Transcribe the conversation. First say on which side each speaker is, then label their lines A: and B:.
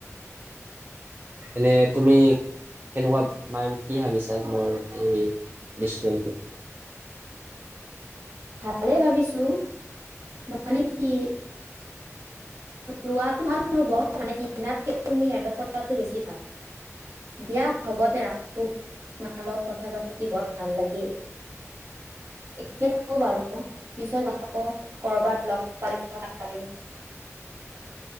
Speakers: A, on the right; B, on the right.
A: এনে তুমি কেনেকুৱা মানে কি ভাবিছা মোৰ এই ডিচিশন টো
B: ভালেই ভাবিছো মানে কি। লোৱাটো ভাল হ'ব মানে কিনাতকে তুমি এডপ কৰাটো বেছি ভাল। দিয়া হ'ব দে ৰাখো তোমাৰ লগত কথা পাতি বৰ ভাল লাগিল। ইয়াত হব বাৰু পিছত আকৌ কৰবাত লগ পালে কথা পাতিম।